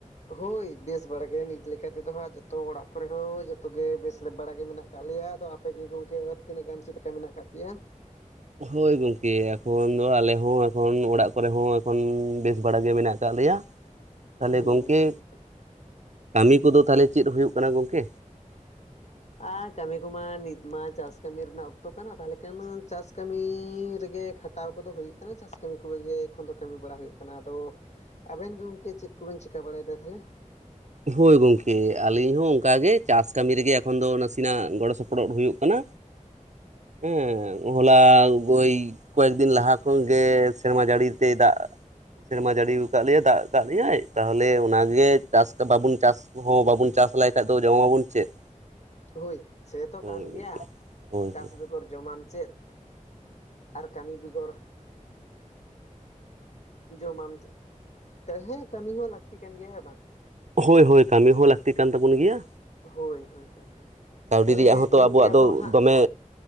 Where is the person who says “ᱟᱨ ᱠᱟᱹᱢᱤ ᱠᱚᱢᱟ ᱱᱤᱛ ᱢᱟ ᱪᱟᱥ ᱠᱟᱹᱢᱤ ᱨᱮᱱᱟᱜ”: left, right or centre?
Left